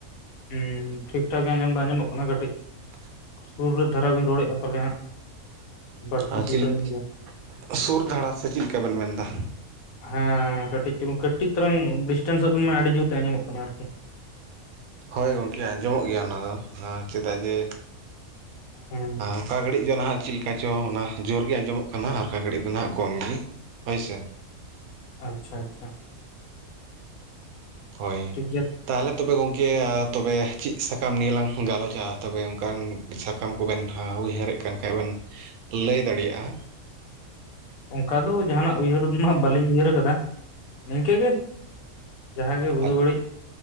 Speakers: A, on the left; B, on the right.
A: ᱦᱩᱸ ᱴᱷᱤᱠ ᱴᱷᱟᱠ ᱜᱮ ᱟᱸᱡᱚᱢ ᱫᱚ ᱟᱸᱡᱚᱢᱚᱜ ᱠᱟᱱᱟ ᱠᱟᱹᱴᱤᱡ
B: <inaudible>
A: ᱥᱩᱨ ᱨᱮ ᱫᱷᱟᱨᱟ ᱵᱤᱱ ᱨᱚᱲᱮᱫᱼᱟ ᱯᱟᱞᱮ ᱦᱟᱸᱜ ᱵᱟᱹᱲᱛᱤ
B: ᱟᱨ
A: ᱡᱳᱨᱟᱹᱧ
B: ᱪᱮᱞᱤᱠ ᱥᱩᱨ ᱫᱷᱟᱨᱟ ᱥᱮ ᱪᱮᱫ ᱞᱮᱠᱟ ᱵᱤᱱ ᱢᱮᱱᱫᱟ?
A: ᱦᱮᱸ ᱠᱟᱹᱴᱤᱡ ᱪᱩᱞᱩᱝ ᱠᱟᱹᱴᱤᱡ ᱪᱟᱞᱟᱝ ᱰᱤᱥᱴᱮᱱᱥ ᱚᱜ ᱵᱤᱱ ᱢᱟ ᱟᱹᱰᱤ ᱡᱩᱨ ᱛᱮ ᱟᱸᱡᱚᱢᱚᱜ ᱠᱟᱱᱟ ᱟᱨᱠᱤ,
B: ᱦᱳᱭ ᱜᱚᱢᱠᱮ ᱟᱸᱡᱚᱢᱚᱜ ᱜᱮᱭᱟ ᱚᱱᱟ ᱫᱚ ᱪᱮᱫᱟᱜ ᱡᱮ
A: ᱦᱮᱸ
B: ᱚᱠᱟ ᱜᱷᱟᱹᱲᱤᱡ ᱫᱚ ᱱᱟᱦᱟᱜ ᱪᱮᱫ ᱞᱮᱠᱟ ᱪᱚ ᱚᱱᱟ ᱡᱳᱨ ᱜᱮ ᱟᱸᱡᱚᱢᱚᱜ ᱠᱟᱱᱟ ᱚᱠᱟ ᱜᱷᱟᱹᱲᱤᱡ ᱫᱚ ᱱᱟᱦᱟᱜ ᱠᱚᱢ ᱜᱮ ᱦᱳᱭ ᱥᱮ
A: ᱟᱪᱪᱷᱟ ᱟᱪᱪᱷᱟ,
B: ᱦᱳᱭ,
A: ᱴᱷᱤᱠ ᱜᱮᱭᱟ
B: ᱛᱟᱦᱚᱞᱮ ᱛᱚᱵᱮ ᱜᱚᱝᱠᱮ ᱛᱚᱵᱮ ᱪᱮᱫ ᱥᱟᱠᱟᱢ ᱱᱤᱭᱮ ᱞᱟᱝ ᱜᱟᱞᱚᱪᱟ ᱛᱚᱵᱮ ᱚᱱᱠᱟᱱ ᱥᱟᱠᱟᱢ ᱠᱚᱵᱮᱱ ᱩᱭᱦᱟᱹᱨᱮᱫ ᱠᱟᱱ ᱠᱷᱟᱡ ᱵᱮᱱ ᱞᱟᱹᱭ ᱫᱟᱲᱮᱭᱟᱜᱼᱟ᱾
A: ᱚᱱᱠᱟ ᱫᱚ ᱡᱟᱦᱟᱱᱟᱜ ᱩᱭᱦᱟᱹᱨ ᱢᱟ ᱵᱟᱹᱞᱤᱧ ᱩᱭᱦᱟᱹᱨ ᱟᱠᱟᱫᱟ ᱱᱤᱝᱠᱟᱹ ᱜᱮ ᱡᱟᱦᱟᱸ ᱜᱮ ᱵᱩᱜᱤ
B: ᱟᱪ
A: ᱵᱟᱹᱲᱤᱡ